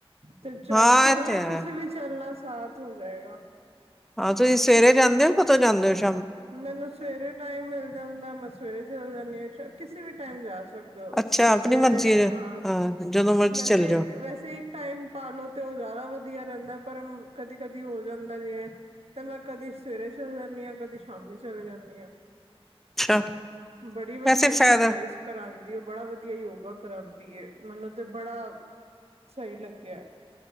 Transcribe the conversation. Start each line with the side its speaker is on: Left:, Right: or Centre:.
Right: ਤੇ ਚੱਲ
Centre: ਹਾਂ
Right: ਚੱਲਨਾ
Centre: ਇਹ ਤੇ ਹੈ
Right: ਤੁਸੀਂ ਵੀ ਚੱਲਨਾ ਸੀ। ਸਾਥ ਹੋ ਜਾਏਗਾ।
Centre: ਹਾਂ ਤੁਈ ਸਵੇਰੇ ਜਾਂਦੇ ਔਂ ਕਤੋਂ ਜਾਂਦੇ ਔਂ ਸ਼
Right: ਮੈਨੂੰ ਸਵੇਰੇ ਟਾਈਮ ਮਿਲ ਜਾਂਦਾ ਮੈਂ ਸਵੇਰੇ ਚੱਲੇ ਜਾਨੀ ਆ ਕਿਸੀ ਵੀ ਟਾਈਮ ਜਾ ਸ ਸਕਦੇ ਹੋ
Centre: ਅੱਛਾ
Right: ਸਵੇਰੇ
Centre: ਆਪਣੀ ਮਰਜ਼ੀ ਹੈ।
Right: ਹਾਂ
Centre: ਜਦੋਂ ਮਰਜ਼ੀ
Right: ਵੈਸੇ,
Centre: ਚੱਲ ਜਾਓ
Right: ਵੈਸੇ ਇੱਕ ਟਾਈਮ ਪਾ ਲੋ ਤੇ ਔ ਜਾਦਾ ਵਧੀਆ ਰੇਂਦੈ ਪਰਮ ਕਦੀ-ਕਦੀ ਹੋ ਜਾਂਦਾ ਵੇ ਤਾਂ ਮੈਂ ਕਦੀ ਸਵੇਰੇ ਚੱਲ ਜਾਂਦੀ ਆਂ ਕਦੀ ਸ਼ਾਮੀ ਚਲੇ ਜਾਨੀ ਆ।
Centre: ਅੱਛਾ
Right: ਬੜੀ ਵਧੀਆ
Centre: ਵੈਸੇ
Right: ਐਕਸਰਸਾਈਜ਼
Centre: ਫਾਇਦਾ
Right: ਕਰਾਂਦੀ ਔ ਬੜਾ ਵਧੀਆ ਯੋਗਾ ਕਰਾਂਦ ਏ ਮੈਨੂੰ ਤੇ ਬੜਾ ਸਈ ਲੱਗੇਆ।